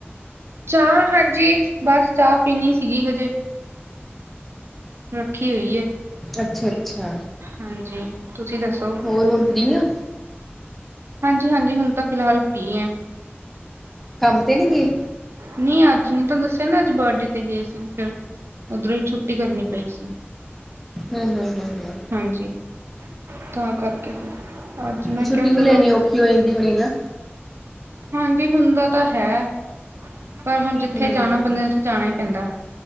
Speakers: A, on the right; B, in the centre.
A: ਚਾਹ ਹਾਂਜੀ ਬਸ ਚਾਹ ਪੀਣੀ ਸੀਗੀ ਹਜੇ ਰੱਖੀ ਹੋਈ ਹੈ
B: ਅੱਛਾ-ਅੱਛਾ
A: ਹਾਂਜੀ, ਤੁਸੀਂ ਦੱਸੋ?
B: ਹੋਰ ਹੁਣ ਫ੍ਰੀ ਹੋ?
A: ਹਾਂਜੀ, ਹਾਂਜੀ ਹੁਨ ਤਾਂ ਫਿਲਹਾਲ ਫਰੀ ਐਂ।
B: ਕੰਮ ਤੇ ਨੀ ਗਈ?
A: ਨੀਂ ਅੱਜ ਨ ਤੁਹਾਨੂੰ ਦੱਸਿਆ ਨਾ ਅੱਜ ਬਰਡੇ ਤੇ ਗਏ ਸੀ, ਫਿਰ ਉੱਧਰੋਈਂ ਛੁੱਟੀ ਕਰਨੀ ਪਈ ਸੀ।
B: ਹਮ, ਹਮ, ਹਮ, ਹਮ।
A: ਹਾਂਜੀ, ਤਾਂ ਕਰਕੇ, ਫਿਰ ਅੱਜ ਮੈਂ
B: ਛੁੱਟੀ
A: ਕਿਹਾ
B: ਵੀ
A: ਚਲੋ
B: ਲੈਨੀ, ਔਖੀ ਹੋਏਂਦੀ ਹੋਣੀ ਨਾ?
A: ਹਾਂਜੀ, ਹੁੰਦਾ ਤਾ ਹੈ। ਪਰ ਹੁਣ ਜਿੱਥੇ
B: ਹੂੰ
A: ਜਾਣਾ ਬੰਦੇ ਨੇ ਉੱਥੇ ਜਾਣਾ ਈ ਪੈਂਦਾ।